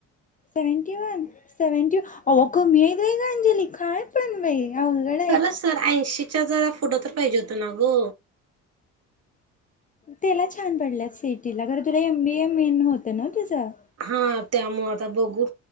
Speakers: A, on the left; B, on the right.
A: Seventy one. Seventy one कमी आहे व्हय अंजली काय पण बाई. अवघड आहे
B: खरंच तर ऐंशी तुमच्या जरा फोटो तर पाहिजे होत ना ग.
A: त्याला छान पडल्यात सिटीला कारण तुला एम बी ए मेन होतं ना तुझं.
B: हा त्यामुळे आता बघू.